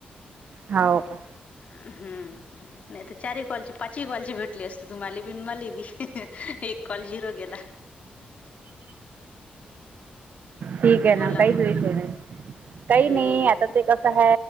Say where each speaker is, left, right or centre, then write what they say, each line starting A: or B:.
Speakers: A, on the right (about 60°); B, on the left (about 45°).
A: हाव का...
B: हा हा नाही तर चारही कॉलचे पाचही कॉलचे भेटलें, असते तुम्हाला बि मला बी एक कॉल झिरो गेला. <unintelligible>
A: ठीक आहे
B: बोला
A: ना काहीच
B: मग
A: विषय नाही. काही
B: हम्म
A: नाही आता ते... कस ह